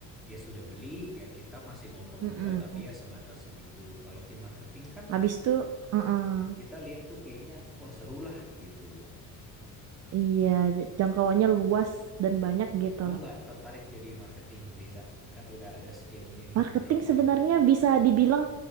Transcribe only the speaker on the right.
Mm-mm.
Habis itu, uh-uh.
Iya, j- jangkauannya luas dan banyak gitu.
Marketing
sebenarnya
bisa dibilang,